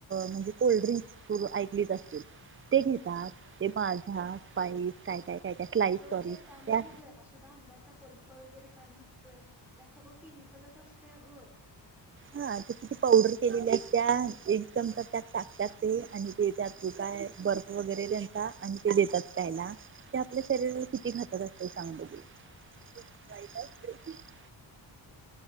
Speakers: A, on the right; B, in the centre.
A: म्हणजे कोल्ड्रिंक् र ऐकलीच असते, ते घेतात,
B: हो
A: ते माझा, पाईस काय- काय काय स्लाईस
B: अग,
A: सॉरी
B: ते त्यामध्ये,
A: त्या
B: जरासुद्धा आंब्याचा पल्प वगैरे, काय नसतोय, त्यात सगळं केमिकलच असतय अ गं.
A: हां, ते किती पावडर केलेली असत्या, एक चमचा त्यात टाकत्यात, ते आणि ते त्यातून काय बर्फ वगैरे देतात आणि ते देतात प्यायला, ते आपल्या शरीरवर किती घातक असतय, सांग बघू <inaudible>